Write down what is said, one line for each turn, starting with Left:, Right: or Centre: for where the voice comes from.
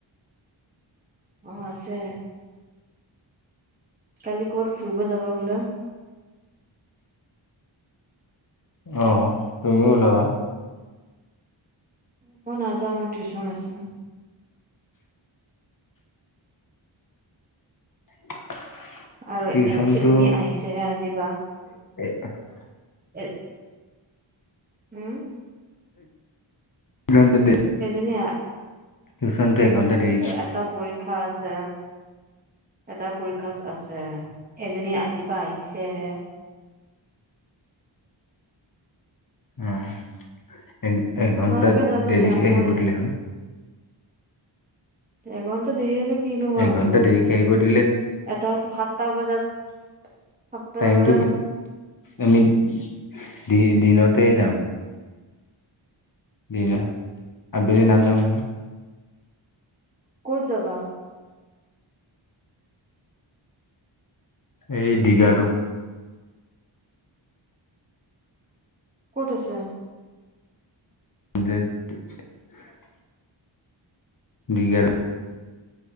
Right: অঁ, আছে। কালি ক'বাত ফুৰিব যাবা বোলে।
Left: অঁ, তুমিও উলাবা।
Right: মই নাযাওঁ টিউছন আছে।
Left: <inaudible>
Right: আৰু
Left: টিউচনটো
Right: এ এজনী আহিছেহে আজিৰ পা।
Left: <inaudible>
Right: এ উম।
Left: ঘন্টা দেৰি
Right: এজনী আ
Left: টিউচনটো এঘন্টা দেৰি
Right: এটা পৰীক্ষা আছে। এটা পৰীক্ষা আছে, এজনী আজিৰ পৰা আহিছেহে।
Left: উম। এঘণ্টা,
Right: তোমালোকে যাবা
Left: দেৰিকে
Right: দিয়া মই
Left: আহি প দিলে হ'ল।
Right: এ। দেৰি হলে কিনুৱোৱা
Left: এঘন্টা
Right: হ'ব,
Left: দেৰিকে আহিব দিলে
Right: এটা সাতটা বজাত। সাতটা
Left: টাইমটো
Right: বজাত
Left: আমি। দি দিনতে যাম। দিনা, আবেলি নাযাওঁ নহয়।
Right: ক'ত যাবা।
Left: এই দিঘ আৰু।
Right: ক'ত আছে।
Left: <unintelligible> দিঘাৰো।